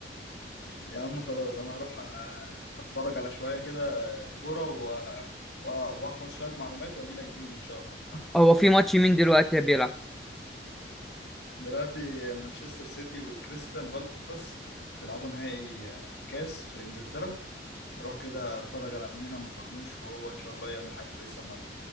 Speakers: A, on the left (about 65°); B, in the centre.
A: يا عم خلاص انا هروح أ- اتفرج على شويه كده كوره و... و... واحفظ شويه معلومات واجي لك بيهم ان شاء الله
B: هو في ماتش مين دلوقتي بيلعب
A: دلوقتي مانشستر سيتي وكريستال بالاس بيلعبوا نهائي كاس في انجلترا اروح كده اتفرج على ابننا مرموش وهو ان شاء الله يعمل حاجه كويسه النهارده